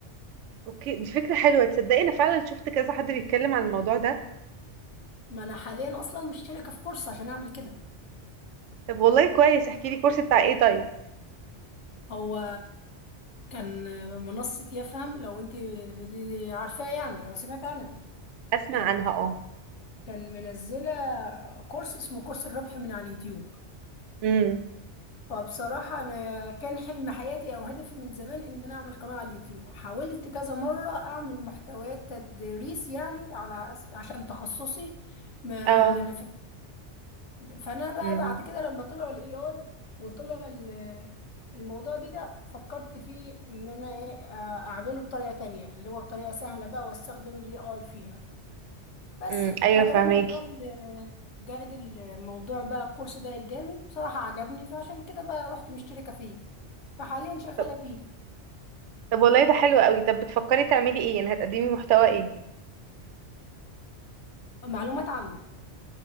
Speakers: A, on the right (about 85°); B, on the left (about 80°).
A: اوكي دي فكرة حلوة تصدقي انا فعلا شفت كذا حد بيتكلم عن الموضوع ده
B: ما انا حاليا اصلا مشتركه في كورس عشان اعمل كده
A: طب والله كويس احكيلي كورس بتاع ايه طيب؟
B: هو كان منصه يفهم لو انت عارفاه يعني او سمعت عنها
A: اسمع
B: كانت
A: عنها اه
B: كان منزله كورس اسمه كورس الربح من على اليوتيوب
A: امم
B: فبصراحة أنا كان حلم حياتي أو هدفي من زمان إن أنا أعمل قناة على اليوتيوب حاولت كذا مرة أعمل محتويات تدريس يعني على أس- عشان تخصصي ما
A: اه
B: نفعش فأنا بقى
A: امم
B: بعد كده لما طلعوا ال AI وطلع ال- الموضوع دي ده فكرت فيه إن أنا إيه آه، أعمله بطريقة تانية اللي هو بطريقة سهلة بقى وأستخدم ال AI فيها بس
A: امم ايوه
B: فده
A: فهماكي
B: لما جال جاد الموضوع بقى الكورس ده قدامي بصراحة عجبني فعشان كده بقى رحت مشتركة فيه فحاليا شغالة
A: طب
B: فيه
A: طب والله ده حلو قوي طب بتفكري تعملي ايه؟ يعني هتقدمي محتوى ايه؟
B: معلومات عامة